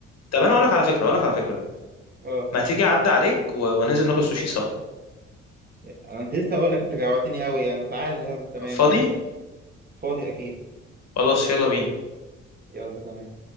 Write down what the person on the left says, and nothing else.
طب انا اقول لك على فكره اقول لك على فكره
ما تيجي اعدي عليك و... وننزل ناكل سوشي سوا
فاضي
خلاص يلا بينا